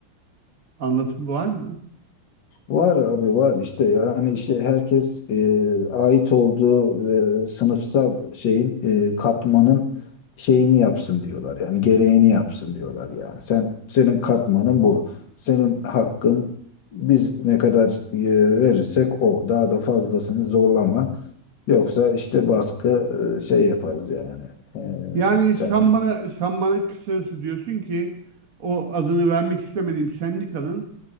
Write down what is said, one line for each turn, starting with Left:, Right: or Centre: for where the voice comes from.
Right: anlatım var mı?
Left: Var abi var işte yani işte herkes e, ait olduğu e, sınıfsal şeyin e, katmanın şeyini yapsın diyorlar. Yani gereğini yapsın diyorlar yani. Sen senin katmanın bu. Senin hakkın biz ne kadar e, verirsek o. Daha da fazlasını zorlama. Yoksa işte baskı e, şey yaparız yani. E,
Right: Yani sen
Left: sen-
Right: bana, sen bana kısacası diyorsun ki o adını vermek istemediğim sendikanın